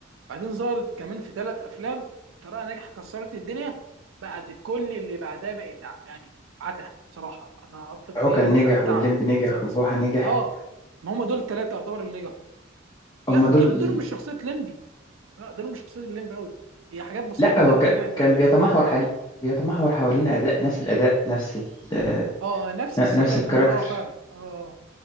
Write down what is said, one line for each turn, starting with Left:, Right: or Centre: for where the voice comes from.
Right: بعدين ظهرت كمان في ثلاث افلام طريقه ناجحه كسرت الدنيا بعد كل اللي بعدها بقى تع... يعني عته صراحه انا اطلق
Left: عوكل
Right: عليه
Left: نجح
Right: تع- تعب
Left: والليمبي نجح
Right: بالظبط
Left: وبوحة نجح
Right: اه ما هم دول الثلاثه يعتبر اللي نجحوا
Left: هما
Right: لا دول
Left: دول
Right: دول مش شخصيه ليمبي لا ده مش شخصية الليمب قوي هي حاجات بسيطة
Left: لا
Right: جدا
Left: هو
Right: اللي
Left: كان
Right: نجحت بعديها
Left: كان بيتمحور حل... بيتمحور حوالين اداء نفس الاداء نفس ال... آه،
Right: اه نفس السيما
Left: نفس الكاركتر
Right: بناء اه فعلا اه